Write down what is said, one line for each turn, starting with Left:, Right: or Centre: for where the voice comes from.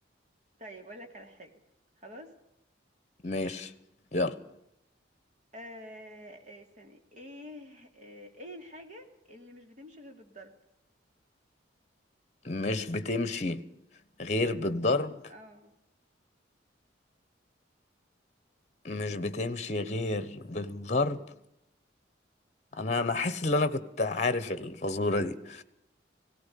Right: طيب أقول لك على حاجة خلاص
Left: ماشي يلا
Right: آه آه، استني ايه آه ايه الحاجة اللي مش بتمشي غير بالضرب
Left: مش بتمشي غير بالضرب
Right: اه
Left: مش بتمشي غير بالضرب انا انا حاسس ان انا كنت عارف الفزورة دي